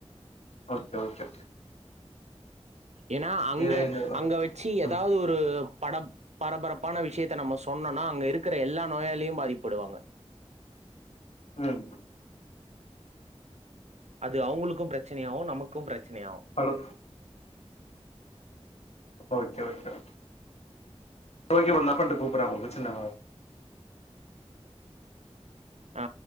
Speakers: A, on the left; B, on the right.
A: ஓ கே ஓ கே
B: ஏன்னா அங்க
A: இது இந்த
B: அங்க வச்சி ஏதாவது
A: ம்
B: ஒரு ஒரு படம் பரபரப்பான விஷயத்த நம்ம சொன்னோம்னா அங்க இருக்கிற எல்லா நோயாலும் பாதிக்கப்படுவாங்க
A: ம்
B: அது அவுங்களுக்கும் பிரச்சனையாகும் நமக்கும் பிரச்சனையாகும்
A: ஹலோ அச்சச்சோ தொழுதுட்டு கொஞ்ச நேரம் கழிச்சி கூப்படுறே அப்ப பிரச்சனை வராது
B: ஆ